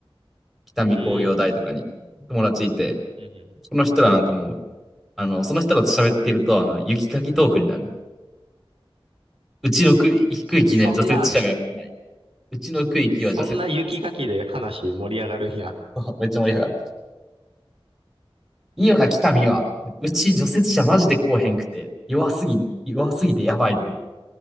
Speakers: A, in the centre; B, on the right.
A: 北見工業大とかに友達いて、
B: うーん。うんうんうん
A: その人らなんかもう、あの、その人らと喋ってると、あの、雪かきトークになるねんうちの区域ね、
B: そんな、
A: 除雪車が来ない。うちの区域は除雪車多そ
B: そんな雪かきで話盛り上がるんや。
A: う <laughs> めっちゃ盛り上がった。
B: <laughs>
A: いいよな、北見は。うち除雪車マジで来おへんくて、弱すぎ、弱すぎてやばいとか、